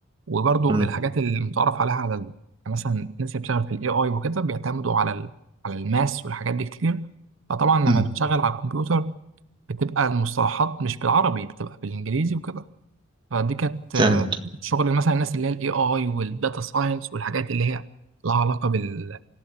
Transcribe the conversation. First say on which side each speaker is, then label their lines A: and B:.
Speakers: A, on the right (about 85°); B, on the right (about 25°).
A: وبرضو
B: مم.
A: الحاجات المتعارف عليها على ال- يعني مثلا الناس اللي بتشتغل في الاي اي وكده بيعتمدوا على ال... على الماس والحاجات دي كتير فطبعا لما
B: مم.
A: بتشتغل على الكمبيوتر بتبقى المصطلحات مش بالعربي بتبقى بالانجليزي وكده فدي كانت
B: فهمت
A: آه، شغل مثلا الناس اللي هي الاي اي والداتا ساينس والحاجات اللي هي لها علاقه بال...